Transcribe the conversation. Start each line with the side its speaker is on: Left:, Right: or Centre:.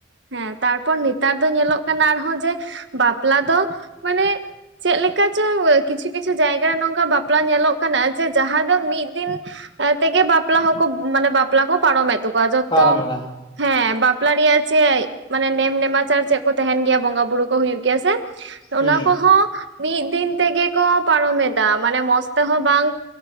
Right: ᱦᱮᱸ ᱛᱟᱨᱯᱚᱨ ᱱᱮᱛᱟᱨ ᱫᱚ ᱧᱮᱞᱚᱜ ᱠᱟᱱᱟ ᱟᱨᱦᱚᱸ ᱡᱮ ᱵᱟᱯᱞᱟ ᱫᱚ ᱢᱟᱱᱮ ᱪᱮᱫ ᱞᱮᱠᱟ ᱪᱚ ᱠᱤᱪᱷᱩ ᱠᱤᱪᱷᱩ ᱡᱟᱭᱜᱟᱨᱮ ᱱᱚᱝᱠᱟ ᱵᱟᱯᱞᱟ ᱧᱮᱞᱚᱜ ᱠᱟᱱᱟ ᱡᱮ ᱡᱟᱦᱟᱸ ᱫᱚ ᱢᱤᱫ ᱫᱤᱱ ᱛᱮᱜᱮ ᱵᱟᱯᱞᱟ ᱦᱚᱸᱠᱚ ᱢᱟᱱᱮ ᱵᱟᱯᱞᱟ ᱠᱚ ᱯᱟᱨᱚᱢᱮᱫ ᱛᱟᱠᱚᱣᱟ ᱡᱚᱛᱚ
Left: ᱯᱟᱨᱚᱢ ᱮᱫᱟ ᱦᱟᱸᱜ
Right: ᱦᱮᱸ ᱵᱟᱯᱞᱟ ᱨᱮᱭᱟᱜ ᱪᱮᱫ ᱢᱟᱱᱮ ᱱᱮᱢ ᱱᱮᱢᱟᱪᱟᱨ ᱪᱮᱫ ᱠᱚ ᱛᱟᱦᱮᱱ ᱜᱮᱭᱟ ᱵᱚᱸᱜᱟ ᱵᱩᱨᱩ ᱠᱚ ᱦᱩᱭᱩᱜ ᱜᱮᱭᱟ ᱥᱮ ᱚᱱᱟ
Left: ᱦᱩᱸ
Right: ᱠᱚᱦᱚᱸ ᱢᱤᱫ ᱫᱤᱱ ᱛᱮᱜᱮ ᱠᱚ ᱯᱟᱨᱚᱢ ᱮᱫᱟ ᱢᱟᱱᱮ ᱢᱚᱸᱡᱽ ᱛᱮᱦᱚᱸ ᱵᱟᱝ